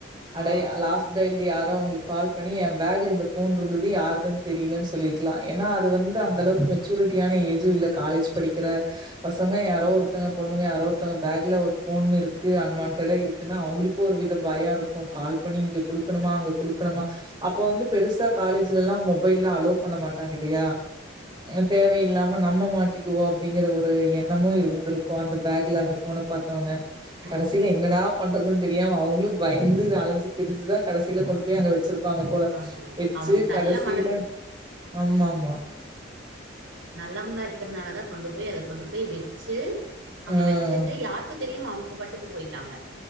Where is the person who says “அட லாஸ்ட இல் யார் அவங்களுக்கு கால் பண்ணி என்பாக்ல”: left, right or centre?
Right